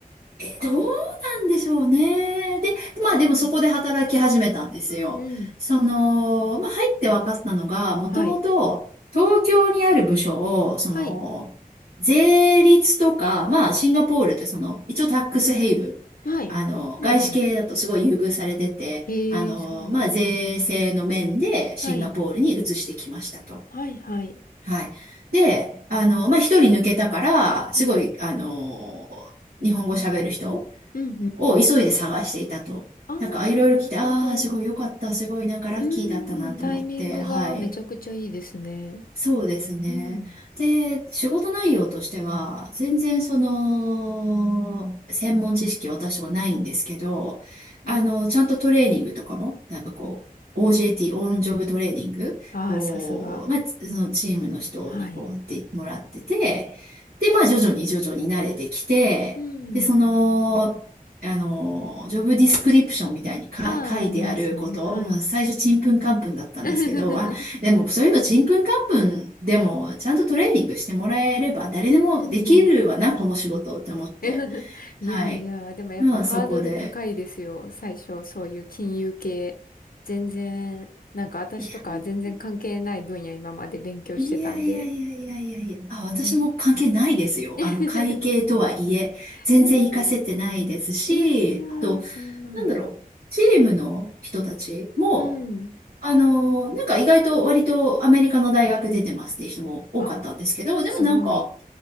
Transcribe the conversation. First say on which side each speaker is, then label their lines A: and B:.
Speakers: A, on the right; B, on the left.
A: え、どうなんでしょうね。で、まあでもそこで働き始めたんですよ。
B: うん。うん、うん。
A: その、まあ入って分かったのが、もともと東京にある部署を、
B: はい。
A: その、
B: はい。
A: 税率とか、まあシンガポールってその、一応タックスヘイブン。
B: はい。
A: あの、
B: うん、
A: 外資系だとすごい優遇されてて、
B: うん。えー、
A: あの、
B: そうなんだ。
A: まあ税制の面でシンガポールに移してきましたと。
B: はい。はい、はい。
A: はい。で、あの、まあ一人抜けたから、すごい、
B: うん。
A: あの、日本語喋る人、
B: うんうん。
A: を急いで探していたと。
B: ああ、
A: なんか、あいろいろ聞いて、
B: なるほど。
A: ああ、すごい良かった、
B: う
A: すごいなんかラッキーだったなって思って、
B: ーん、タイミングがめちゃくちゃいいですね。
A: はい。そうですね。
B: うん。
A: で、仕事内容としては、全然その、専門知識は私とかないんですけど、
B: うん。
A: あの、ちゃんとトレーニングとかも、なんかこう、OJT、オンジョブトレーニングを、
B: ああー、さすが。
A: まあ、つそのチームの人にこうやってもらってて、
B: はい。
A: で、まあ、徐々に徐々に慣れてきて、
B: うん。
A: で、その、あの、ジョブディスクリプションみたいにか書いてあること、
B: ああ、ありますね。はい。
A: まあ最初ちんぷんかんぷんだったんですけど、
B: <laughs>
A: あでもそういうのちんぷんかんぷんでもちゃんとトレーニングしてもらえれば誰でもできるわな、
B: うん。
A: この仕事って思って。
B: <laughs> いやいや、
A: はい。
B: でもやっぱハードル高いですよ。
A: まあそこで。
B: 最初、そういう金融系。全然、なんか私とか全然関係ない分野今まで勉強してたんで。
A: いやいやいやいやいやいやいや。あ、私も関係ないですよ。
B: ね。<laughs>
A: あの会計とはいえ、全然活かせてないですし、
B: いやーいやいや、
A: あと、
B: そんな。
A: なんだろう、チームの人たちも、
B: うん。
A: あのー、なんか意外と割とアメリカの大学出てますっていう人も多かったんですけど、
B: あ、
A: でもなんか、
B: すごい。